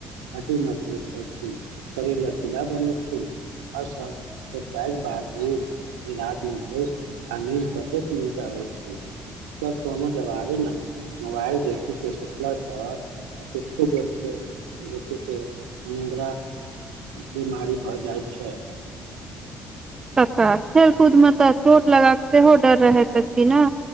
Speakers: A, on the right; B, on the right.
A: हड्डी मजबूत होइ छै शरीर लचीला बनै छै। और सब बात ई जे रातिमे दूथ आ निंद कतेक नीक आबैत छै। एकर कोनो जवाबे नहि मोबाइल देखिके सुतला सं कतेको गोटके गोटेके अनिन्द्रा बीमारी भऽ जाइ छै।
B: कक्का खेल कूद मे तऽ चोट लगबाक सेहो डर रहैत अछि न।